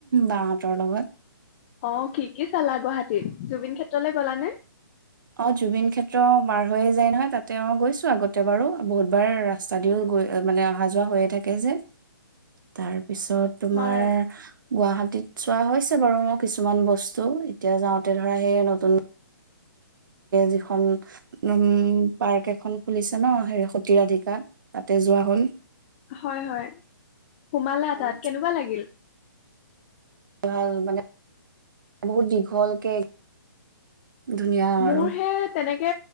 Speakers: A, on the right; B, on the left.
A: বাহতৰ লগত
B: অ কি কি চালা গুৱাহাটীত জুবিন ক্ষেত্ৰলৈ গ'লানে?
A: অ জুবিন ক্ষেত্ৰ পাৰ হৈয়ে যায় নহয় তাতে অ গৈছো আগতে বাৰু বহুত বাৰ ৰাস্তা দিও গৈ মানে অহা যোৱা হৈয়ে থাকে যে তাৰ তাৰ পিছত তোমাৰ
B: হয়
A: গুৱাহাটী ত চোৱা হৈছে বাৰু মই কিছুমান বস্তু এতিয়া যাওঁতে ধৰা সেই নতুন যিখন উম পাৰ্ক এখন খুলিছে ন সেই সতীৰাধিকাত তাতে যোৱা হ'ল।
B: হয় হয় সোমালা
A: এখন
B: তাত কেনেকুৱা লাগিল
A: ভাল মানে বহুত দীঘলকে ধুনীয়া আৰু
B: মোৰ হে তেনেকে